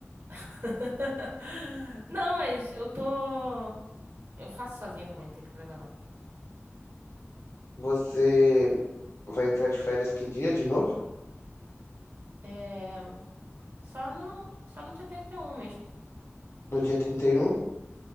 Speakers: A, on the right (about 65°); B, on the left (about 75°).
A: <laughs> Não, mas eu tô. Eu faço sozinha também, não tem problema não.
B: você vai entrar de férias que dia de novo?
A: É. Só no, só no dia 31 mesmo.
B: No dia 31.